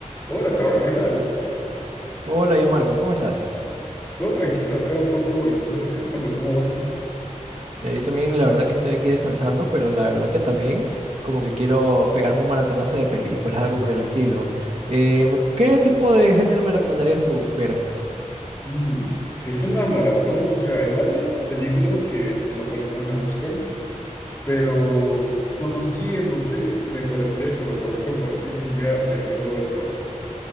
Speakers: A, on the left; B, on the right.
A: Hola, Carl, ¿qué tal?
B: Hola, yo Marco, ¿cómo estás?
A: Todo tranquilo, acá un poco en casa descansando. ¿Cómo vas tú?
B: Mira, yo también la verdad que estoy aquí descansando, pero la verdad que también como que quiero pegarme un maratonazo de películas, algo por el estilo. Eh, ¿qué tipo de género me recomendarías tú ver?
A: Mm, Si es una maratón, o sea, hay varias películas que en lo personal me gustan, pero conociéndote, me parecería que lo correcto para ti sería del género de terror.